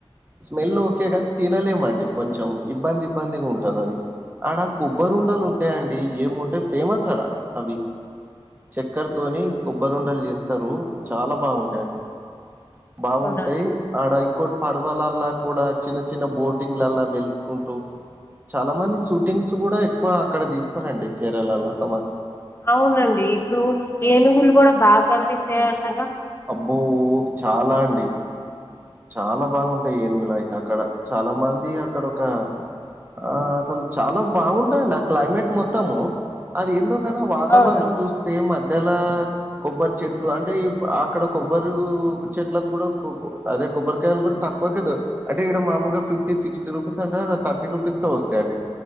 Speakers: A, on the right; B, on the left.
A: స్మెల్ ఓకే గాని తినలేమండి. కొంచెం ఇబ్బంది ఇబ్బందిగ్ ఉంటది అది. అడా కొబ్బరు ఉండలు ఉంటాయండి, ఏముంటాయి ఫేమస్ అడా అవి. చక్కర్తోని కొబ్బరుండలు జేస్తారు చాలా బావుంటాయండి. బాగుంటాయ్
B: అవునండి
A: అడా ఇంకోట్ పడవలలా కూడా చిన్న చిన్న బోటింగ్ లలా వెలుకుంటూ చాలా మంది షూటింగ్స్ కూడా ఎక్కువ ఇక్కడ దీస్తారండి కేరళలాస్
B: అవునండి ఇప్పుడు ఏనుగులు కూడా బాగా గన్పిస్తాయ్ అంటగా
A: అబ్బోగ్ చాలా అండి. చాలా బాగుంటాయి ఏనుగులైతే అక్కడ చాలా మంద్ ది అక్కడ ఒక ఆస్ తల్ చాలా బాగుంటందండి ఆ క్లైమేట్ మొత్తము అది ఎందో లాన్ ఆ వాతావరణం
B: అవునండి
A: చూస్తే మధ్యలా కొబ్బరి చెట్లు అంటే ఏప్ అక్కడ కొబ్బరు చెట్లకు కూడా కోకో అదే కొబ్బరికాయలు కూడా తక్కువకే దో అంటే ఇడా మనం ముగా ఫిఫ్టీ సిక్స్టీ రూపీస్ అంటా, అడా థర్టీ రూపీస్కే వస్తాయండి.